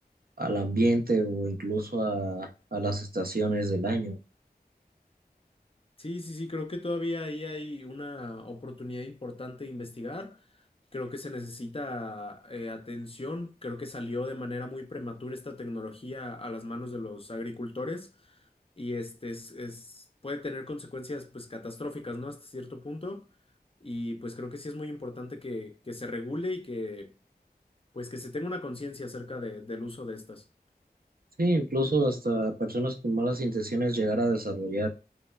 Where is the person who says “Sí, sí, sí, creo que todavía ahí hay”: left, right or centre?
Left